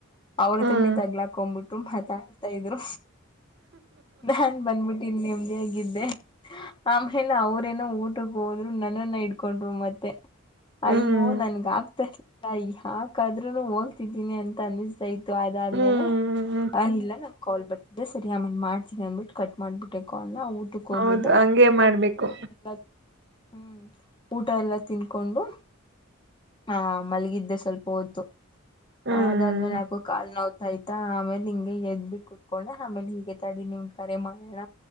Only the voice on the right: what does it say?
ಹ್ಮ್
ಹ್ಮ್
ಹ್ಮ್
ಹೌದು
ಹಂಗೆ ಮಾಡ್ಬೇಕು
ಹ್ಮ್